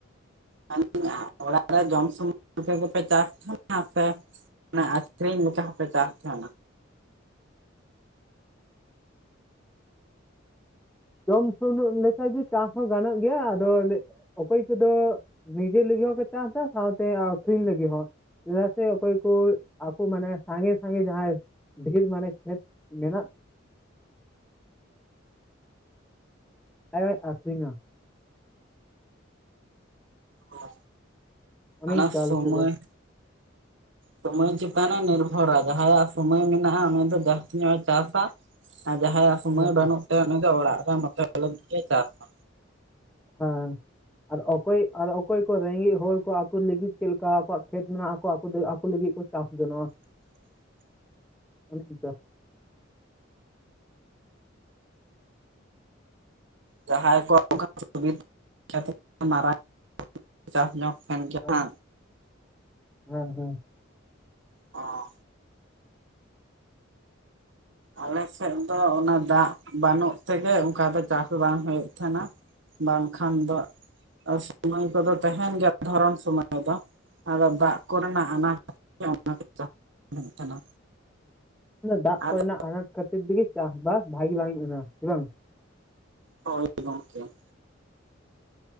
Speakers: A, on the right; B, in the centre.
A: <unintelligible> ᱚᱲᱟᱜ ᱨᱮ ᱡᱚᱢ ᱥᱩᱢᱩᱝ ᱞᱮᱠᱟ ᱜᱮᱯᱮ ᱪᱟᱥ-ᱟ ᱥᱮ ᱚᱱᱟ ᱟᱹᱠᱷᱨᱤᱧ ᱞᱮᱠᱟ ᱦᱚᱸ ᱯᱮ ᱪᱟᱥ ᱛᱟᱦᱮᱱᱟ᱾
B: ᱡᱚᱢ ᱥᱩᱱᱩᱜ ᱞᱮᱠᱟ ᱜᱮ ᱪᱟᱥ ᱦᱚᱸ ᱜᱟᱱᱚᱜ ᱜᱮᱭᱟ ᱟᱫᱚ ᱞᱟᱹ ᱚᱠᱚᱭ ᱠᱚᱫᱚ ᱱᱤᱡᱮ ᱞᱟᱹᱜᱤᱜ ᱦᱚᱸᱠᱚ ᱪᱟᱥ-ᱟ, ᱥᱟᱣ ᱛᱮ ᱟᱹᱠᱷᱨᱤᱧ ᱞᱟᱹᱜᱤ ᱦᱚᱸ᱾ ᱪᱮᱫᱟᱜ ᱥᱮ ᱚᱠᱚᱭ ᱠᱚ ᱟᱠᱚ ᱢᱟᱱᱮ ᱥᱟᱸᱜᱮ, ᱥᱟᱸᱜᱮ ᱡᱟᱦᱟᱭ ᱰᱷᱮᱨ ᱢᱟᱱᱮ ᱠᱷᱮᱛ ᱢᱮᱱᱟᱜ ᱮᱸᱻ ᱟᱹᱠᱷᱨᱤᱧᱟ᱾
A: ᱚ
B: ᱚᱱᱮ
A: ᱚᱱᱟ
B: ᱤᱱᱠᱟ
A: ᱥᱚᱢᱚᱭ
B: ᱟᱞᱮ ᱥᱮᱫ ᱫᱚ
A: ᱥᱚᱢᱚᱭ ᱪᱮᱛᱟᱱ ᱮ ᱱᱤᱨᱵᱷᱚᱨᱟ ᱡᱟᱦᱟᱭᱟᱜ ᱥᱚᱢᱚᱭ ᱢᱮᱱᱟᱜ-ᱟ ᱩᱱᱤ ᱫᱚ ᱡᱟᱹᱥᱛᱤ ᱧᱚᱜ ᱮ ᱪᱟᱥ-ᱟ᱾ ᱟᱨ ᱡᱟᱦᱟᱭᱟᱜ ᱥᱚᱢᱚᱭ
B: ᱦᱮᱸ
A: ᱵᱟᱹᱱᱩᱜ ᱛᱟᱭᱟ ᱩᱱᱤ ᱫᱚ ᱚᱲᱟᱜ ᱨᱮ ᱢᱚᱛᱚᱡ ᱞᱟᱜᱤᱫ ᱮ ᱪᱟᱥ-ᱟ᱾
B: ᱦᱚᱸ᱾ ᱟᱨ ᱚᱠᱚᱭ ᱟᱨ ᱚᱠᱚᱭ ᱠᱚ ᱨᱮᱸᱜᱮᱡᱽ ᱦᱚᱲ ᱠᱚ ᱟᱠᱚ ᱞᱟᱹᱜᱤᱫ ᱪᱮᱫ ᱞᱮᱠᱟ ᱟᱠᱚᱣᱟᱜ ᱠᱷᱮᱛ ᱢᱮᱱᱟᱜ᱾ ᱟᱠᱚ, ᱟᱠᱚ ᱞᱟᱹᱜᱤᱫ ᱠᱚ ᱪᱟᱥ ᱡᱚᱱᱚᱜ-ᱟ᱾
A: <inaudible>
B: ᱚᱱᱮ ᱚᱱᱠᱟ᱾
A: ᱡᱟᱦᱟᱭ ᱠᱚ <unintelligible> ᱠᱟᱛᱮᱫ ᱢᱟᱨᱟᱝ ᱪᱟᱥ ᱧᱚᱜ ᱠᱷᱟᱱ ᱡᱟᱦᱟ
B: ᱦᱮᱸ ᱦᱮᱸ, ᱦᱮᱸ᱾
A: ᱚ ᱟᱞᱮ ᱥᱮᱫ ᱫᱚ ᱚᱱᱟ ᱫᱟᱜ ᱵᱟᱹᱱᱩᱜ ᱛᱮᱜᱮ ᱚᱱᱠᱟ ᱫᱚ ᱪᱟᱥ ᱵᱟᱝ ᱦᱳᱭᱳᱜ ᱛᱮᱦᱮᱱᱟ᱾ ᱵᱟᱝ ᱠᱷᱟᱱ ᱫᱚ ᱥᱚᱢᱚᱭ ᱠᱚᱫᱚ ᱛᱟᱦᱮᱱ ᱜᱮᱭᱟ ᱫᱷᱚᱨᱚᱱ ᱥᱚᱢᱚᱭ ᱫᱚ᱾ ᱟᱫᱚ ᱫᱟᱜ ᱠᱚ ᱨᱮᱱᱟᱜ ᱟᱱᱟᱴ ᱠᱷᱟᱹᱛᱤᱨ ᱛᱮ ᱚᱱᱟ ᱠᱚ ᱪᱟᱥ ᱵᱟᱝ ᱦᱳᱭᱳᱜ ᱛᱟᱦᱮᱱᱟ᱾
B: ᱫᱟᱜ
A: ᱟᱫᱚ
B: ᱠᱚ ᱨᱮᱱᱟᱜ ᱟᱱᱟᱴ ᱠᱷᱟᱹᱛᱤᱨ ᱛᱮᱜᱮ ᱪᱟᱥ ᱵᱟᱥ ᱵᱷᱟᱹᱜᱤ ᱵᱟᱝ ᱦᱳᱭᱳᱜ ᱛᱟᱦᱮᱱᱟ ᱦᱮ ᱵᱟᱝ?
A: ᱦᱳᱭ ᱜᱚᱝᱠᱮ ᱾